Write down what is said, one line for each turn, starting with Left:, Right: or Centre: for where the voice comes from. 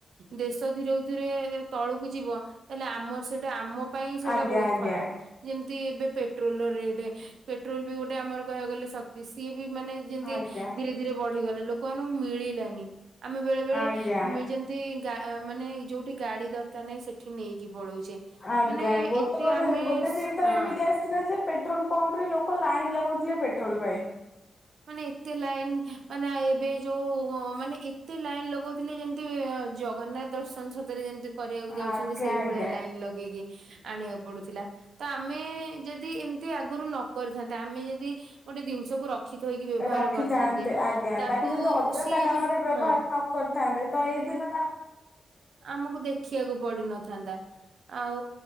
Right: ଦେଶ ଧୀରେକୁ ଧୀରେ ତଳକୁ ଯିବ, ତାହେଲେ ଆମର ସେଟା ଆମ ପାଇଁ ସେଇଟା
Left: ଆଜ୍ଞା
Right: ବହୁତ
Left: ଆଜ୍ଞା
Right: ଖରାପ। ଯେମିତି ଏବେ ପେଟ୍ରୋଲର ରେଟ୍, ପେଟ୍ରୋଲ ବି ଗୋଟେ ଆମର କହିବାକୁ ଗଲେ ଶକ୍ତି। ସିଏ ବି ମାନେ ଯେମତି
Left: ଆଜ୍ଞା
Right: ଧୀରେ ଧୀରେ ବଢିଗଲେ, ଲୋକମାନଙ୍କୁ ମିଳିଲାନି। ଆମେ ବେଳେ ବେଳେ
Left: ଆଜ୍ଞା।
Right: ଯେମତି ତି ଗା ମାନେ ଯୋଉଠି ଗାଡି ଦରକାର ନାହିଁ ସେଠି ନେଇକି ପଳଉଛେ।
Left: ଆଜ୍ଞା,
Right: ମାନେ
Left: ଗୋଟେ
Right: ଏତେ
Left: -ଗୋଟେ
Right: ଆମେ
Left: -ଗୋଟେ
Right: ସ-
Left: ଦିନ ତ
Right: ହଁ
Left: ଏମିତି ଆସ ଥିଲା ଯେ ପେଟ୍ରୋଲ ପମ୍ପରେ ଲୋକ ଲାଇନ ଲଗଉଥିଲେ ପେଟ୍ରୋଲ ପାଇଁ।
Right: ମାନେ ଏତେ ଲାଇନ, ମାନେ ଏବେ ଯୋଉ ମାନେ ଏତେ ଲାଇନ ଲଗଉଥିଲେ ଯେମିତି ଜଗନ୍ନାଥ ଦର୍ଶନ ସତରେ ଯେମିତି କରିବାକୁ ଯାଉଛନ୍ତି
Left: ଆଜ୍ଞା
Right: ସେଇ
Left: ଆଜ୍ଞା
Right: ଭଳିଆ ଲାଇନ ଲଗେଇକି ଆଣିବାକୁ ପଡୁଥିଲା। ତ ଆମେ ଯଦି ଏମିତି ଆଗରୁ ନ କରିଥାନ୍ତେ, ଆମେ ଯଦି ଗୋଟେ ଜିନିଷକୁ ରଖ ରଖି ଥୋଇକି ବ୍ୟବହାର
Left: ରଖିଥାନ୍ତେ
Right: କରିଥାନ୍ତେ।
Left: ଆଜ୍ଞା
Right: ତାକୁ
Left: ଯଦି ଅଯଥା
Right: ସିଏ ଏବେ
Left: କାମରେ ବ୍ୟବହାର
Right: ହଁ
Left: ନ କରିଥାନ୍ତେ, ତ ଏଇ ଦିନ
Right: ଆମକୁ ଦେଖିଆକୁ ପଡିନଥାନ୍ତା। ଆଉ